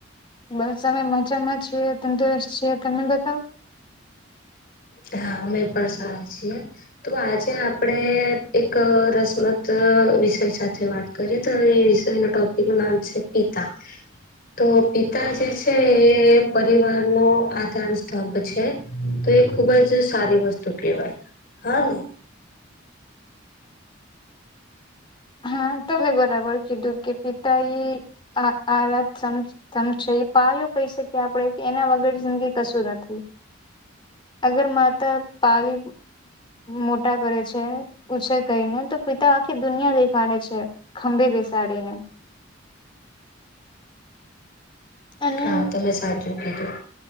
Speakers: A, on the left; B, on the left.
A: બસ અમે મજામાં છીએ, તંદુરસ્ત છીએ, તમે બતાવો?
B: હા અમે પર સારા છીએ. તો આજે આપડે એક રસમત વિષય સાથે વાત કરીએ તો એ વિષય ન ટોપિક નું નામ છે પિતા. તો પિતા જે છે એ પરિવાર નો આધાર સ્તંભ છે. તો એ ખુબ જ સારી વસ્તુ કેહેવાય, હા ને?
A: હા તબ બરાબર કીધું કે પિતા એ આ આરાત સમ સમ છે. પાયું કહી શકીએ આપણેે કે એના વગર જિંદગી કશું નથી. અગર માતા પાલી મોટા કરે છે, ઉછેર કરીને તો પિતા આખી દુનિયા દે સાડે છે ખંભી બેસાડીને. અને
B: હા તમે સાચું કીધુ.